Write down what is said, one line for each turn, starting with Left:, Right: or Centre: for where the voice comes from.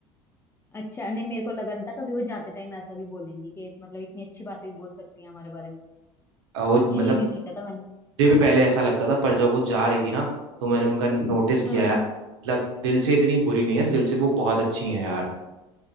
Left: अच्छा नहीं मेरे को लगन था कभी वो जाते टाइम ऐसा भी बोलेंगी कि मतलब इतनी अच्छी बातें भी बोल सकती हैं हमारे बारे में
Right: अ, वो
Left: <laughs> ये
Right: मतलब
Left: नहीं सोचा था मैंने
Right: मुझे भी पहले ऐसा लगता था पर जब वो जा रही थी ना तो मैंने उनका नोटिस किया
Left: हम्म
Right: यार
Left: हम्म
Right: मतलब दिल से इतनी बुरी नहीं है दिल से वो बहुत अच्छी है यार